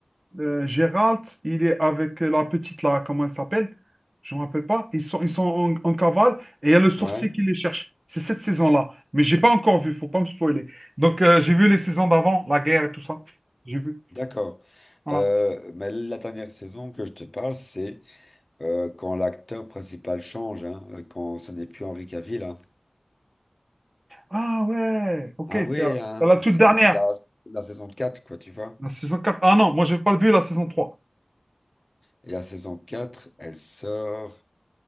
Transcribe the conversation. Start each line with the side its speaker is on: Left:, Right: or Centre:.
Right: euh, Gérald, il est avec la petite, là, comment elle s'appelle? Je ne me rappelle pas. Ils sont, ils sont en, en cavale et il y a le sorcier
Left: Ouais.
Right: qui les cherche. C'est cette saison-là. Mais j'ai pas encore vu, faut pas me spoiler. Donc, euh, j'ai vu les saisons d'avant, la guerre et tout ça. J'ai vu.
Left: D'accord.
Right: Voilà.
Left: Euh, mais la dernière saison que je te parle, c'est euh, quand l'acteur principal change, hein, euh, quand ce n'est plus Henri Cavill. hein.
Right: Ah ouais, ok,
Left: Ah oui,
Right: c'est la,
Left: hein,
Right: c'est
Left: c'est
Right: la toute
Left: ça,
Right: dernière.
Left: c'est la, la saison 4, quoi, tu vois.
Right: La saison quatre Ah non, moi, je n'ai pas vu la saison trois
Left: Et la saison 4, elle sort